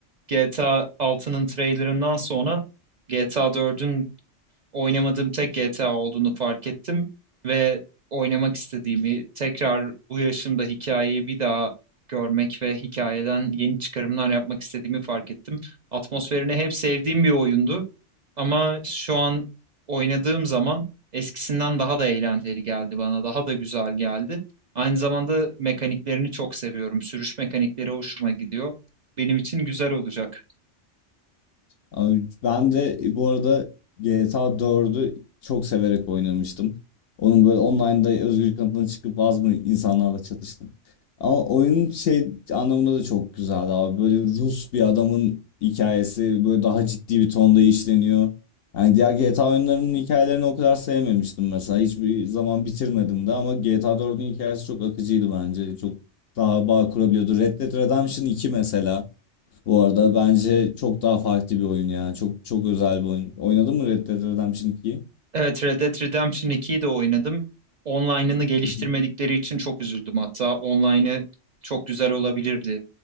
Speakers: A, on the right; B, on the left.
A: GTA 6'nın trailerından sonra GTA 4'ün oynamadığım tek GTA olduğunu fark ettim ve oynamak istediğimi tekrar bu yaşımda hikayeyi bir daha görmek ve hikayeden yeni çıkarımlar yapmak istediğimi fark ettim. Atmosferini hep sevdiğim bir oyundu ama şu an oynadığım zaman eskisinden daha da eğlenceli geldi bana, daha da güzel geldi. Aynı zamanda mekaniklerini çok seviyorum. Sürüş mekanikleri hoşuma gidiyor. Benim için güzel olacak.
B: Abi ben de e, bu arada GTA 4'ü çok severek oynamıştım. Onun böyle online'da özgür kanıtına çıkıp az mı insanlarla çatıştım. Ama oyun şey anlamında da çok güzeldi abi. Böyle Rus bir adamın hikayesi böyle daha ciddi bir tonda işleniyor. Yani diğer GTA oyunlarının hikayelerini o kadar sevmemiştim mesela. Hiçbir zaman bitirmedim de ama GTA 4'ün hikayesi çok akıcıydı bence. Çok daha bağ kurabiliyordu. Red Dead Redemption 2 mesela. Bu arada bence çok daha farklı bir oyun ya. Çok çok özel bir oyun. Oynadın mı Red Dead Redemption 2'yi?
A: Evet, Red Dead Redemption 2'yi de oynadım. Online'ını geliştirmedikleri
B: <laughs>
A: için çok üzüldüm hatta. Online'ı çok güzel olabilirdi.